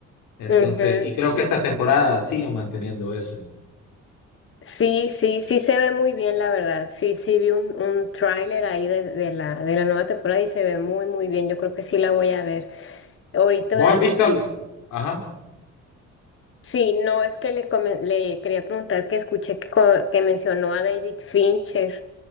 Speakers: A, on the left; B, on the left.
A: Entonces,
B: Ujú.
A: y creo que esta temporada sigue manteniendo eso.
B: Sí, sí, sí se ve muy bien, la verdad. Sí, sí vi un, un tráiler ahí de, de la, de la nueva temporada y se ve muy, muy bien. Yo creo que sí la voy a ver. Ahorita,
A: ¿Vos has visto? al- Ajá.
B: sí, no es que le, comen- le quería preguntar que escuché que, co- que mencionó a David Fincher.